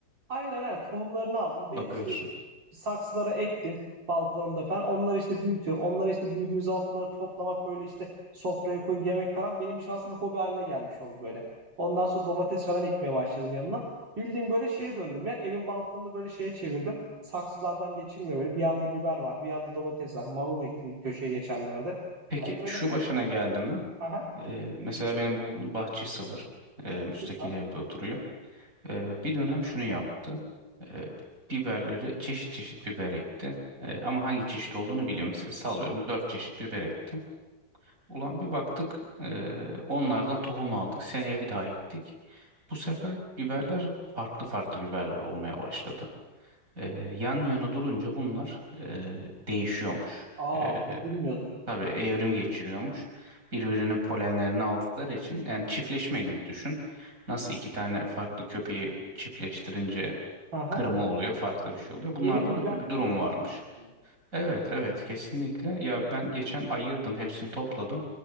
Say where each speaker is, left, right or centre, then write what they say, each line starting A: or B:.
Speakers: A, on the right; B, on the right.
A: Aynen aynen tohumlarını aldım.
B: bakıyorsun.
A: Ve işte saksılara ektim balkonumda falan. Onları işte büyütüyorum. Onları işte büyüdüğü zaman bunları toplamak böyle işte sofraya koyup yemek falan benim için aslında bir hobi haline gelmiş oldu böyle. Ondan sonra domates falan ekmeye başladım yanına. Bildiğim böyle şeye döndüm ya. Evin balkonunu böyle şeye çevirdim. Saksılardan geçilmiyor böyle. Bir yanda biber var, bir yanda domates var. Marul ektim bir köşeye geçenlerde.
B: Peki
A: Hani böyle
B: şu başına geldi mi?
A: aha
B: Ee, mesela benim babamın bahçesi var. Ee, müstakil
A: süper.
B: evde oturuyor. Ee, bir dönem şunu yaptı. Ee, biberleri çeşit çeşit biber ekti. Ee, ama hangi çeşit olduğunu biliyor. Mesela sallıyorum dört çeşit biber ektim. Ulan bir baktık ee, onlardan tohum aldık. Seneye bir daha ektik. Bu sefer biberler farklı farklı biberler olmaya başladı. Ee, yan yana durunca bunlar ee, değişiyormuş.
A: Aa
B: Ee,
A: bunu bilmiyordum.
B: tabii evrim geçiriyormuş. Birbirinin polenlerini aldıkları için yani çiftleşme gibi düşün. Nasıl iki tane farklı köpeği çiftleştirince
A: Aha.
B: kırma oluyor, farklı bir şey oluyor. Bunlarda
A: Yeni bir biber
B: da öyle bir
A: türü
B: durum
A: ortaya
B: varmış.
A: çıktı aslında.
B: Evet, evet, kesinlikle. Ya ben geçen ayırdım, hepsini topladım.